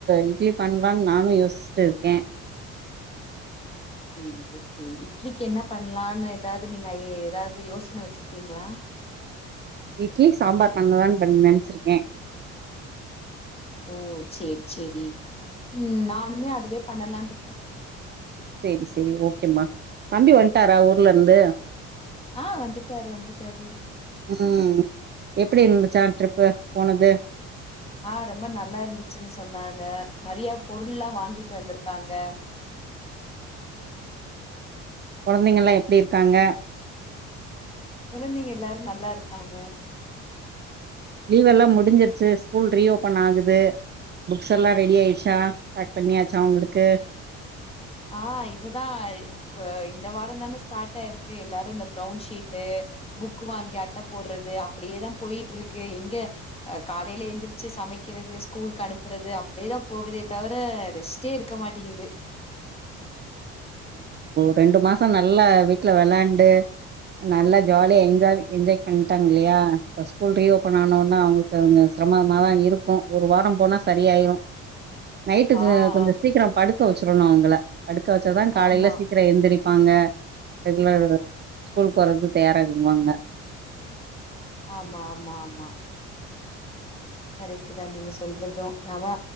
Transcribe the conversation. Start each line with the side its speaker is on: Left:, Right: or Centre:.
Right: இட்லி பண்லான்னு நானு யோசிச்சுட்ருக்கே
Left: ம் ஓகே இட்லிக்கு என்ன பண்லான்னு ஏதாவது நீங்க ஐ ஏதாவது யோசன வச்சிருக்கீங்களா
Right: இட்லி சாம்பார் பண்ணலானு பண் நெனைச்சிருக்கே
Left: ஓ சேரி சேரி உம் நானுமே அதுவே பண்ணலான்னு இருக்கே
Right: செரி செரி ஓகேம்மா தம்பி வன்ட்டாரா ஊர்ல இருந்து
Left: ஆ வந்துட்டாரு வந்துட்டாரு
Right: ம் எப்படி இருந்துச்சா ட்ரிப்பு போனது
Left: ஆஹ் ரொம்ப நல்லா இருந்துச்சுன்னு சொன்னாங்க நெறைய பொருளல்லா வாங்கி வந்திருக்காங்க
Right: கொழந்தைங்கல்லா எப்டி இருக்காங்க
Left: கொழந்தைங்க எல்லாரு நல்லா இருக்காங்க
Right: லீவ் எல்லா முடிஞ்சிருச்சு ஸ்கூல் ரீஓபன் ஆகுது புக்ஸ் எல்லாம் ரெடி ஆயிடுச்சா பேக் பண்ணியாச்சா அவங்களுக்கு
Left: ஆஹ் இப்பதா அ இந்த வாரம்தான ஸ்டார்ட் ஆயிருக்கு எல்லாரு இந்த ப்ரௌன்ஷீட்டு புக்கு வாங்கி அட்ட போடுறது அப்படியேதா போயிட்ருக்கு எங்க அ காலைல எந்திரிச்சு சமைக்கிறது ஸ்கூலுக்கு அனுப்புறது அப்படியேதா போகுதே தவிர ரெஸ்ட்டே இருக்க மாட்டேங்குது
Right: ரெண்டு மாசம் நல்லா வீட்டுல விளாண்டு நல்லா ஜாலியாஜாய என்ஜாய் பண்ணிட்டாங்க இல்லையா இப்ப ஸ்கூல் ரீஓபன் ஆனோனா அவங்களுக்குஞ்ச சிரமமாதான் இருக்கும் ஒரு வாரம் போனா சரியாயிரும் நைட்டு
Left: ஆ
Right: அ கொஞ்ச
Left: ஆ
Right: சீக்கிரோ படு க்க வச்சிரணு அவங்கள படுக்க வச்சாதா காலைல
Left: ஆமா
Right: சீக்கிர எந்திரிக் ப்பாங்க ரெகுலர் ஸ்கூல் போறதுக்கு தயாராகுவாங்க
Left: ஆமா ஆமா ஆமா கரெக்ட்தா நீங்க சொல்றதும் ஆமா